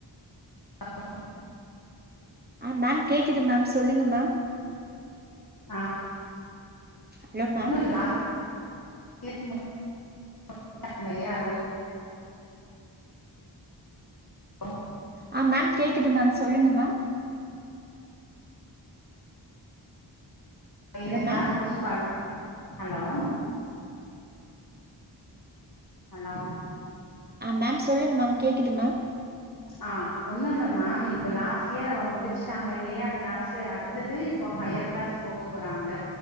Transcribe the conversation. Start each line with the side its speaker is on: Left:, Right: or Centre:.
Left: <inaudible>
Right: ஆ மேம் கேக்குது மேம் சொல்லுங்க மேம்
Left: ஆ
Right: ஹலோ மேம்
Left: <unintelligible> <unintelligible> ப்ரோ
Right: ஆ மேம் கேக்குது மேம் சொல்லுங்க மேம்
Left: இந்த
Right: ஹலோ
Left: க்ளாஸ்
Right: மேம்
Left: முடிச்சி பாரு ஹலோ ஹலோ
Right: ஆ மேம் சொல்லுங் மேம் கேக்குது மேம்
Left: ஆ ஒன்னுல்ல மேம் இப்ப லாஸ்ட் இயர் அவ முடிச்ட்டாங்க இல்லையா க்ளாஸே அடுத்தது இப்ப ஹையர் க்ளாஸ் போக போறாங்க